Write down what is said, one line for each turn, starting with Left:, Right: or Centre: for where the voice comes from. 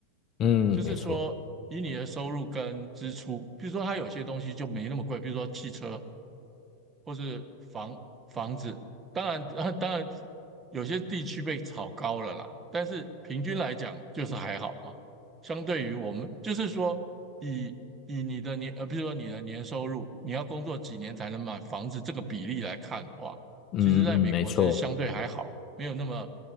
Left: 嗯，
Right: 就是说以你的收入跟支出，
Left: 没错，
Right: 比如说它有些东西就没那么贵，比如说汽车或是房房子，当然，啊当然有些地区被炒高了啦，但是平均来讲就是还好嘛。相对于我们，就是说以以你的年呃，比如说你的年收入，你要工作几年才能买房子这个比例来看的话，
Left: 嗯嗯嗯，
Right: 其实在美国其实相对还好，
Left: 没错，
Right: 没有那么